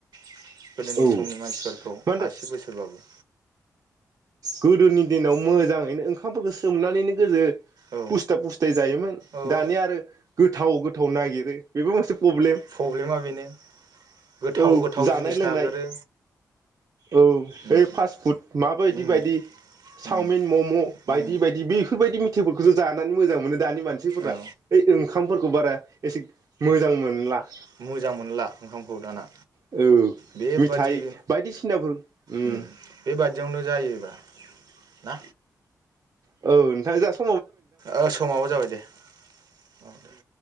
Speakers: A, on the right; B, on the right.
A: गोदोनि
B: औ
A: समनि मानसिफोरखौ
B: मा होनदों
A: आसि बोसोरबाबो
B: गोदोनि दिनाव मोजाङैनो ओंखामफोरखौ सोमनानैनो गोजो
A: औ
B: फुस्था फुस्थाय जायोमोन
A: औ
B: दानिया आरो गोथाव गोथाव नागिरो बेबो मोनसे अबले
A: प्रब्लेमा बेनो गोथाव
B: औ
A: गोथाव
B: जानाय
A: जिनिस
B: लोंनाय
A: नागिरो
B: औ ओ
A: उम
B: फास फुद माबायदि। बायदि
A: उम
B: चावमिन
A: उम
B: मम' बायदि
A: उम
B: बायदि बेफोरबाय जानानै मोजां मोनो। दानि मानसिफोरा
A: औ
B: ओइ ओंखामफोरखौ बारा एसे मोजां मोनला
A: मोजां मोनला ओंखामखौ दाना
B: औ
A: बेबादि
B: मिथाइ बायदिसिनाफोर उम
A: ओम बेबादियावनो जो जायोबा ना
B: औ नोंथां जास
A: ओ समाबो जाबाय दे औ दे